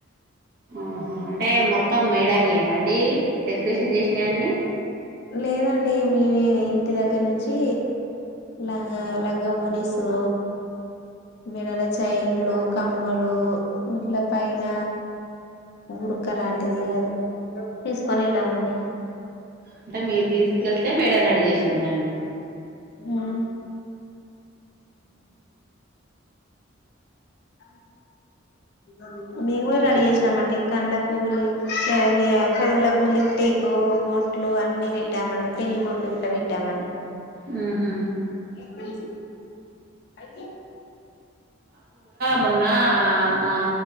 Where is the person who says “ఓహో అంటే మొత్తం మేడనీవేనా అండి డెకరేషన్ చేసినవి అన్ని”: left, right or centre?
Right